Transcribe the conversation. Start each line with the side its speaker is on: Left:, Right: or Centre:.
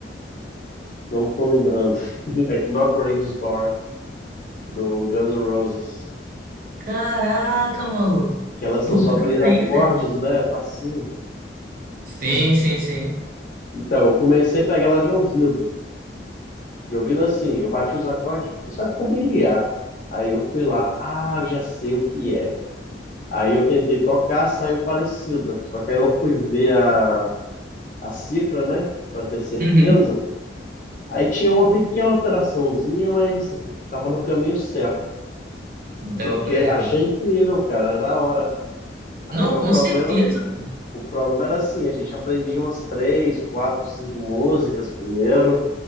Left: Não tô lembrando. <laughs> É que Knock on Heaven's Door, do Guns N' Roses.
Right: Caraca, maluco.
Left: Que elas
Right: Do
Left: são só
Right: Grêmio
Left: três acordes,
Right: ainda?
Left: né? Facinho.
Right: Sim, sim, sim.
Left: Então, eu comecei a pegar ela de ouvido. De ouvido assim, eu bati os acordes e sabe familiar. Aí eu fui lá, ah, eu já sei o que é. Aí eu tentei tocar, saiu parecida. Só que aí eu fui ver a, a cifra, né, Pra ter certeza.
Right: Uhum.
Left: Aí tinha uma pequena alteraçãozinha, mas tava no caminho certo.
Right: Dava
Left: Fiquei,
Right: pra levar.
Left: achei incrível, cara, era da hora. Agora
Right: Não, com
Left: o problema,
Right: certeza.
Left: o problema era assim, a gente aprendia umas três, quatro, cinco músicas primeiro